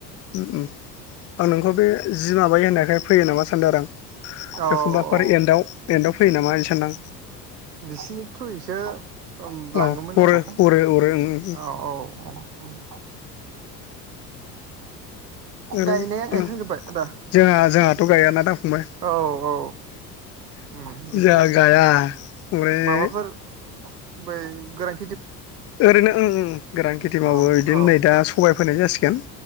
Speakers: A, on the left (about 30°); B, on the right (about 85°).
A: उम उम। आं नोंखौ बे जि माबायो होननायखाय फैयो नामा सानदों आरो आं
B: औ
A: एखमबाफोरै
B: औ
A: एन्डआव एन्डआव फैयो नामा ओरै सानदां।
B: ओ बिसिनि थ्रुयैसो ओम लाङोमोन
A: औ हरो
B: आरो
A: हरो हरो ओं ओं
B: औ‌ औ औ। उम
A: ओरैनो
B: गायनाया गायखांजोब्बाय आदा
A: जोंआ जोंआ। थ' गायाना दा फंबाय
B: औ औ उम उम
A: जा गाया। ओमफ्राय
B: माबाफोर बै गोरां
A: ओरैनो ओं उम गोरान खेथि मावो
B: औ
A: इदि
B: औ
A: नै दा सबाय फोनाय जासिगोन।